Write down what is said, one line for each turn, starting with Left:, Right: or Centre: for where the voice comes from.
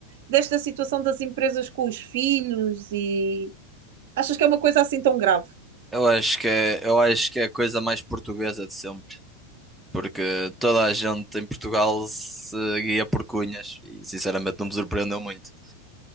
Right: desta situação das empresas com os filhos e achas que é uma coisa assim tão grave?
Centre: Eu acho que é, eu acho que é a coisa mais portuguesa de sempre, porque toda a gente em Portugal se guia por cunhas e sinceramente não me surpreendeu muito.